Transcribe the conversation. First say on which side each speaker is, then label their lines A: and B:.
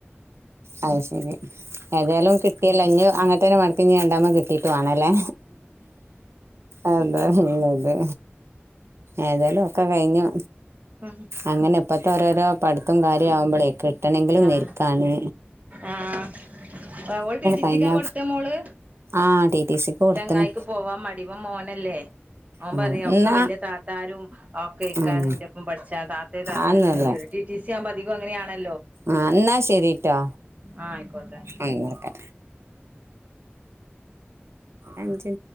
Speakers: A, on the right; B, on the right.
A: അത് ശരി ഏതായാലും കിട്ടിയല്ലോ ഇനീം അങ്ങനെ തന്നെ വർ പിന്നെ രണ്ടാമത് കിട്ടിയിട്ട് വേണമല്ലേ അതാ നല്ലത് ഏതാലും ഒക്കെ കഴിഞ്ഞു
B: ഉം
A: അങ്ങനെ ഇപ്പത്തെ ഒരോരോ പഠിത്തവും കാര്യങ്ങളും ആവുമ്പളെ കെ ട്ടെണെങ്കിലും
B: ആഹ്
A: നെർക്കാണ്
B: ആഹ് അവൾ ടി ടി
A: കഴിഞ്ഞ
B: സി ക്കാ പടിച്ചേ മോള്
A: ആ ടി ടി സിക്ക് കൊടുത്തണ്
B: ചെങ്ങായക്ക് പോവാൻ മടി ഇവൻ മോനല്ലേ ഓൻ
A: ഉം
B: പറയാ ഒക്കെ
A: എന്നാ
B: വല്യ താത്താരും ഒക്കെ ഇക്കാരും
A: ഉം
B: എന്റെറ ഒപ്പം പഠിച്ചാ താത്തേ താത്തേ
A: ആന്നല്ലേ
B: വിളിച്ചണ്ട് ടി ടി സി ആകുമ്പോ അധികം അങ്ങനെയാണ്
A: ആ എന്നാ ശരിട്ടോ
B: ആഹ് ആയിക്കോട്ടെ
A: അങ്ങക്കെ അഞ്ച്